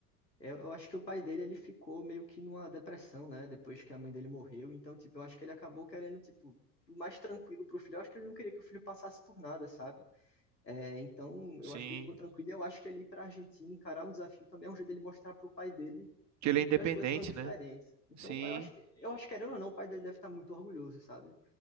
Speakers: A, on the left; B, on the right.
A: Eu, eu acho que o pai dele ele ficou meio que numa depressão, né? Depois que a mãe dele morreu. Então, tipo, eu acho que ele acabou querendo, tipo, o mais tranquilo pro filho. Eu acho que ele não queria que o filho passasse por nada, sabe? É, então,
B: Sim.
A: eu acho que ele ficou tranquilo. E eu acho que ele ir pra Argentina encarar um desafio também é um jeito dele mostrar pro pai dele,
B: Que ele
A: tipo,
B: é independente,
A: que as coisas são diferentes.
B: né?
A: Então,
B: Sim.
A: o pai, eu acho, que- eu acho que, querendo ou não, o pai dele deve estar muito orgulhoso, sabe?